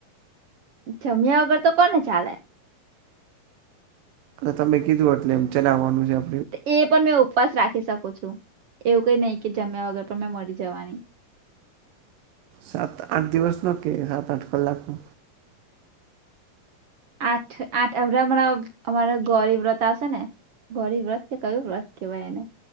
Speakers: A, on the right; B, on the right.
A: જમ્યા વગર તો કોને ચાલે.
B: તમે કીધું એટલે એમ ચલાવાનું એમ.
A: એ પણ મેં ઉપવાસ રાખી શકું છું એવું કઈ નહીં કે જમ્યા વગર પણ મેં મરી જવાની.
B: સાત આઠ દિવસ નો કે સાત આઠ કલાક નો.
A: આઠ આઠ હમણા અમારા ગૌરી વ્રત આવશે ને. ગરીબ વ્રથ કે કયુ વ્રત કેવાય એને.